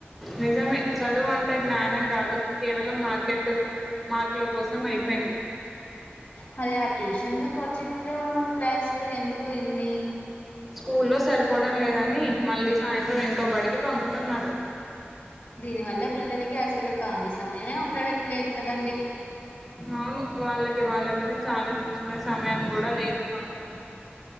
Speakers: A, in the centre; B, on the left.
A: నిజామే చదువు అంటే జ్ఞానం కాదు కేవలం మార్కెట్ మార్కుల కోసం అయిపోయింది
B: మరి ఆ ట్యూషన్లు కోచింగ్లు క్లాసులు ఎందుకు ఇన్ని
A: స్కూల్లో సరిపోవడం లేదని మళ్ళీ సాయంత్రం ఇంకా బడికి పంపుతున్నారు
B: దీని వల్ల పిల్లలకి అసలు ఖాళీ సమయమే ఉండటట్లేదు కదండి
A: అవును వాళ్ళకి వాళ్ళ గురించి ఆలోచించుకునే సమయం కూడా లేదు పాపం